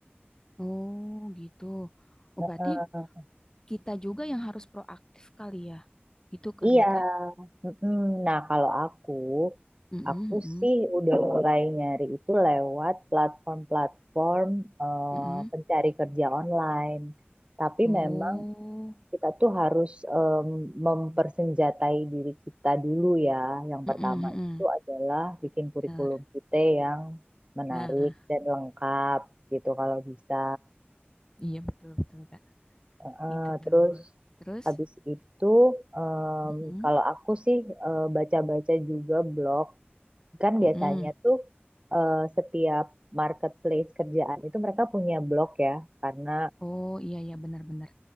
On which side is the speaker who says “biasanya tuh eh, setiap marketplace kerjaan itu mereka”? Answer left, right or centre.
Right